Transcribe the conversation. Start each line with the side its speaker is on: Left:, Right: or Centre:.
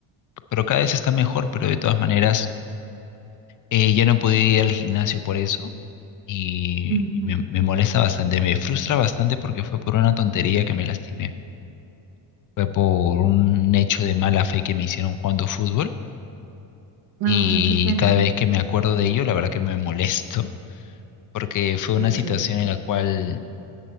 Left: pero cada vez está mejor, pero de todas maneras eh, ya no podía ir al gimnasio por eso y,
Right: Ujú.
Left: y me, me molesta bastante, me frustra bastante porque fue por una tontería que me lastimé, fue por un hecho de mala fe que me hicieron jugando fútbol
Right: Ay,
Left: y
Right: qué pena.
Left: cada vez que me acuerdo de ello, la verdad que me molesto porque fue una
Right: Sí,
Left: situación
Right: claro.
Left: en la cual